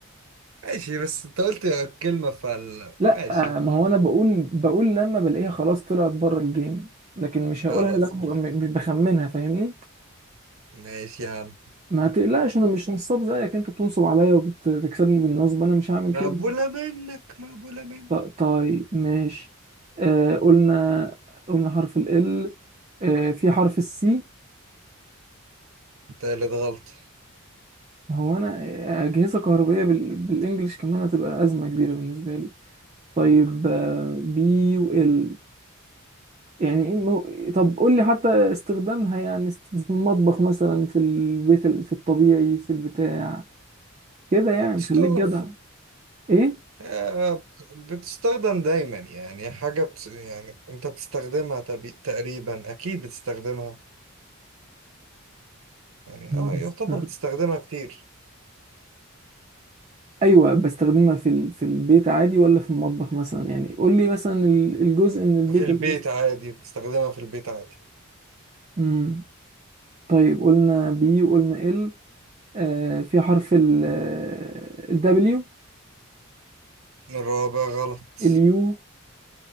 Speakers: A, on the right; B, on the right.
A: ماشي بس انت قلت كلمه فال
B: لا
A: ماشي
B: آه، ما هو انا بقول بقول لما بلاقيها خلاص طلعت بره الجيم لكن مش هقولها
A: خلاص
B: لو م-
A: ماشي
B: مش بخمنها فاهمني؟
A: ماشي يا عم
B: ما تقلقش انا مش نصاب زيك انت بتنصب عليا وبتكسبني بالنصب انا مش هعمل
A: مقبوله
B: كده
A: منك مقبوله منك
B: ط- طيب ماشي آه قلنا قلنا حرف ال ال آه في حرف السي
A: تالت غلطه
B: هو انا آه، اجهزه كهربائيه بال... بالانجلش كمان هتبقى ازمه كبيره بالنسبه لي طيب آه بي و ال يعني إيه مو... طب قول لي حتى استخدامها يعني است- في المطبخ مثلا في البيت ال- في الطبيعي في البتاع كده يعني
A: بتستخدم
B: خليك جدع
A: في...
B: ايه
A: آه، بتستخدم دايما يعني حاجة بت... يعني انت بتستخدمها تبي... تقريبا اكيد بتستخدمها يعني اه
B: بستخدمها
A: يعتبر بتستخدمها كتير
B: ايوه بستخدمها في ال... في البيت عادي ولا في المطبخ مثلا يعني قول لي مثلا ال- الجزء من البيت
A: في البيت
B: اللي بس...
A: عادي بتستخدمها في البيت عادي
B: امم طيب قلنا بي وقلنا ال آه في حرف ال الدبليو
A: الرابع غلط
B: اليو